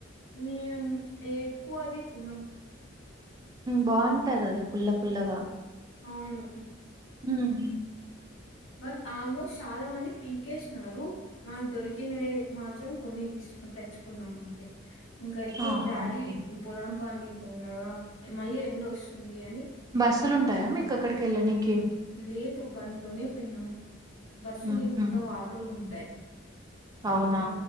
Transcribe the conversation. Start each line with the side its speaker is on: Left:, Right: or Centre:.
Left: మేము ఎక్కువది తినము
Right: బాగుంటది అది పుల్ల పుల్లగా
Left: అవును
Right: హ్మ్.
Left: బస్ ఆల్మోస్ట్ చాలా మంది పీకేస్న్నారు మాకు దొరికిన మాత్రం కొన్ని తీసు తెచ్చుకున్నామ అంటే ఇంకా ఎక్కువ
Right: ఆహా!
Left: Daddy
Right: okay.
Left: పొదంపాండి పొండగా మళ్ళీ ఎండ వస్తుంది అని
Right: బస్సులుంటాయా
Left: వచ్చసాం
Right: మీకక్కడికెళ్ళనీకి?
Left: లేదు బంలోనే పోనా బస్సులు
Right: హుహు.
Left: ఏమి ఉండవు ఆటోలు ఉంటాయి
Right: అవునా?
Left: ఆ